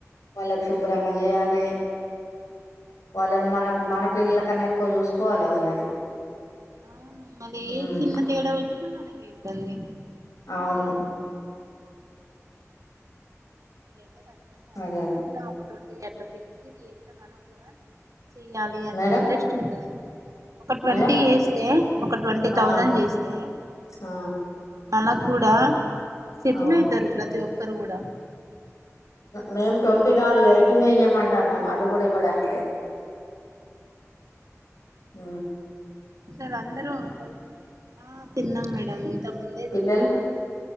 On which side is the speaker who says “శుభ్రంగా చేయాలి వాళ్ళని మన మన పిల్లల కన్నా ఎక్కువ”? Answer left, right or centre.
Left